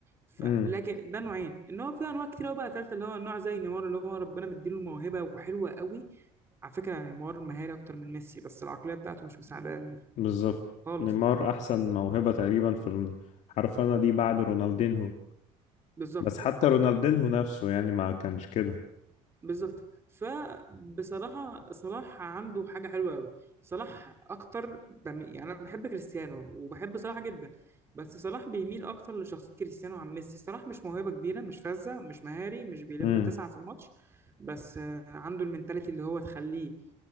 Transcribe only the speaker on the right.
ف...
لكن ده نوعين ان هو في انواع كتير قوي بقى تالتة اللي هو النوع زي نيمار اللي هو ربنا مديله الموهبة وحلوة قوي على فكرة يعني نيمار مهاري اكتر من ميسي بس العقلية بتاعته مش مساعداه مم.
خالص
بالظبط
بالظبط فبصراحة صلاح عنده حاجة حلوة قوي صلاح أكتر بم... يعني أنا بحب كريستيانو وبحب صلاح جدا بس صلاح بيميل أكتر لشخصية كريستيانو عن ميسي صلاح مش موهبة كبيرة مش فذة مش مهاري مش بيلم
تسعة في الماتش بس آه، عنده المنتاليتي اللي هو تخليه